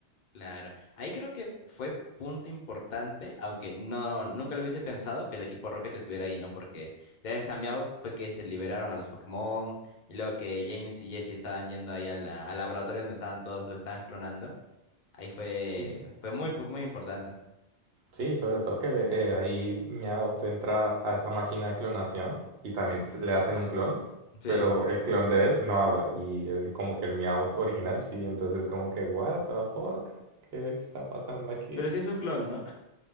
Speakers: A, on the left; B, on the right.
A: Claro. Ahí creo que fue punto importante, aunque no, nunca lo hubiese pensado que el equipo Rocket estuviera ahí, ¿no? Porque gracias a Meowth fue que se liberaron a los Pokémon y luego que James y Jesse estaban yendo ahí a la- al laboratorio donde estaban todos, los estaban clonando. Ahí fue,
B: Sí,
A: fue muy, pu- muy importante.
B: Sí, sobre todo que eh, ahí Meow te entra a esa máquina de clonación y también
A: Ujú.
B: s- le hacen un clon,
A: Sí.
B: pero el clon de él no habla y es como que el Meow original sí, entonces como que what the fuck, ¿qué está pasando aquí?
A: Pero sí es un clon, ¿no?